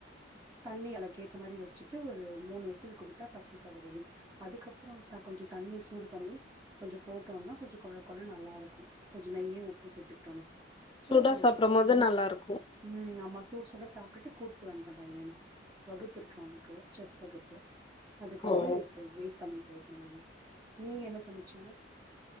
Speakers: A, on the right (about 20°); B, on the left (about 25°).
A: தண்ணி அலக்கேத்த மாரி வெச்சுட்டு ஒரு மூணு விசில் குடுத்தா பருப்பு சாதோ ரெடி அதுக்கப்றோ த கொஞ்ச தண்ணி சூடு பண்ணி கொஞ்ச போட்டோன்னா கொஞ்ச கொழ கொழ நல்லாருக்கு கொஞ்ச நெயி உப்பு சேத்துக்கிட்டோன்னா அப்புறோ
B: சுட சாப்டும் போது
A: உருளக்கழ்
B: நல்லா இருக்கு
A: ம் ஆமா சூ சூட சாப்ட்டுட்டு கூப்ட்டு வண்ட்டே பைய்யன வகுப்பிருக்கு அவ்னுக்கு செஸ் வகுப்பு அதுக்கு
B: ஓ
A: வந்து வெயிட் பண்ணிட்டு இருக்கே நானு நீங்க என்ன சமைச்சிங்க